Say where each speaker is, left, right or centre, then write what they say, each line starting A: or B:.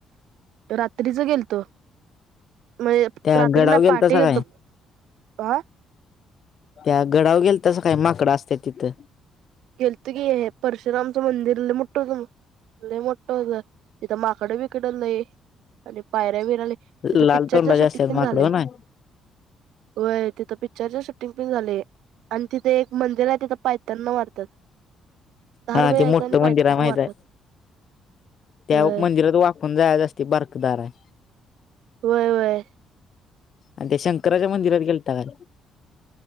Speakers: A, on the right; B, on the left.
A: रात्रीच गेलतो. म
B: त्या
A: रात्री
B: गडाव
A: ना
B: गेलतासा
A: पाठीे
B: काय
A: घतो ह
B: त्या गडावर गेल तसं काय माकडं असत तिथं
A: गेलत गी परशुरामचं मंदिर ल मोठं होत ल मोठ होत तिथ माकडे बिकडल लंय आणि पायऱ्या बिरले तिथं
B: लाल
A: पिक्चरच्या
B: तोंडाचे
A: शुटिंग
B: असत्यात
A: पण
B: माकडं
A: झाले
B: हो नाय
A: होय तिथं पिक्चरच्या शूटिंग पण झालेय तिथे एक मंदिर आहे तिथं पायतणना मारतात दहा
B: हा
A: रुपये
B: ते
A: द्यायचं
B: मोठ
A: आणि पायतांना
B: मंदिर हाय माहित
A: मारतात
B: आहे त्या
A: होय
B: मंदिरात वाकून जायाच असते बरकदार आहे.
A: होय वय
B: आणि ते शंकराच्या मंदिरात गेलता काय.